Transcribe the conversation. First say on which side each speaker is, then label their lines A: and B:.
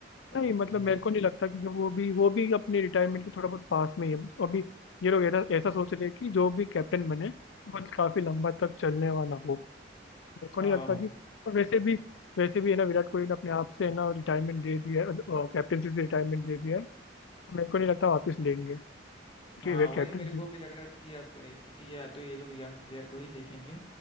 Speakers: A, on the left; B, on the left.
A: पर
B: नहीं मतलब
A: वो मुश्किल
B: मेरे को नहीं लगता क्योंकि वो भी वो भी अपने रिटायरमेंट के थोड़ा बहुत पास में ही है अभी ये लोग ऐसा ऐसा सोच रहे हैं कि जो भी कैप्टन बने वो काफी लंबा तक चलने वाला हो मेरे को
A: हाँ
B: नहीं लगता
A: वो
B: कि और वैसे भी वैसे भी है ना विराट कोहली ने अपने आप से है ना रिटायरमेंट दे दिया है कैप्टनसी से रिटायरमेंट दे दिया है तो मेरे को नहीं लगता वापस लेंगे
A: हाँ
B: कि वे
A: वही
B: कैप्टनसी
A: मेरे को भी लग रहा था कि अब ए, किसी या तो ये लोग यंग प्लेयर को ही देखेंगे